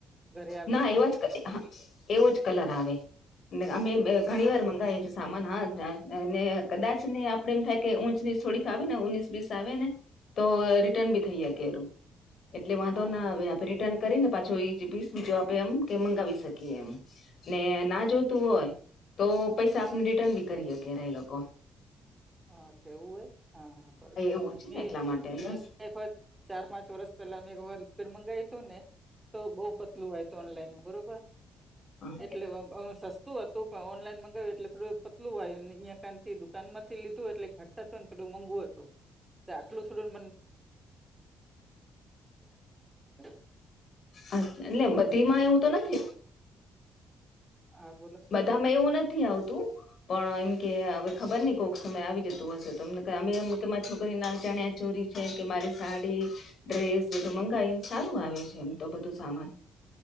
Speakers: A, on the right (about 15°); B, on the left (about 55°).
A: ઘરે આવે
B: ના
A: એટલે
B: એવજ એવોજ કલર આવે. અમે
A: એવું છે
B: ઘણી વાર મંગાવે છે. સામાન હા કદાચ નહી આપડે એમ થાય કે ઊંચની થોડીક આવેને ઓણીસ વીસ આવેને તો રિટર્ન બી થઈ શકેરુ એટલે વાંધોના
A: હા હા
B: આવે આપે રિટર્ન કરીને પા જોઈસ બીજું આપે એમકે મંગાવી શકીએ એમને ના જોતું હોય. તો પૈસા આપને રિટર્નબી કરી હકે એ લોકો
A: અચ્છા એવું હોય હા હા બરાબર
B: એવું છે
A: મેં
B: ને એટલા માટે બસ
A: મેં એકવાર ચાર પાંચ વર્ષ પહેલામે એકવાર રિપેર મંગાવી હતુંને તો બઉુ પતલું હોય તો ઓનલાઈનમાં બરોબર
B: હા
A: એટલે અ સસ્ હતું પણ ઓનલાઈન મગાવ્યું એટલે થોડું પતલું આયુ અહીં કાનથી દુકાનમાંથી લીધું. એટલે ઘટ હતુંને થોડું મોંઘું હતું આટલું થોડું <unintelligible>
B: અ એટલે બધીમાં એવુંતો નથી.
A: હા બોલો
B: બધામાં એવું નથી આવતું. પણ એમકે હવે ખબર નહી કોઈક સમય આવી જતું હશે તોમને અમે એમ કે મારા છોકરીના ચણિયાચોળી છે કે મારી સાડી ડ્રેસ બધું મંગાયું સારું આવે છે એમતો બધું સામાન.